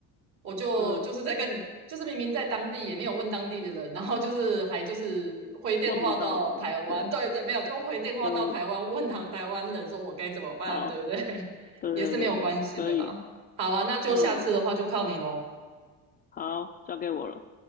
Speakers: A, on the right; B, on the left.
A: 我就就是在跟你，
B: 嗯，
A: 就是明明在当地也没有问当地的人，然后就是还就是回电话到台湾，
B: 问不到的话，对，
A: 对对，没有就回电话到台湾问台台湾人说我该怎么办，
B: 嗯，好，
A: 对不对？<laughs>
B: 对对对对，
A: 也是没有关系的啦。
B: 可以，
A: 好啊，那就下次的话就靠你喽。
B: 嗯，好，交给我了。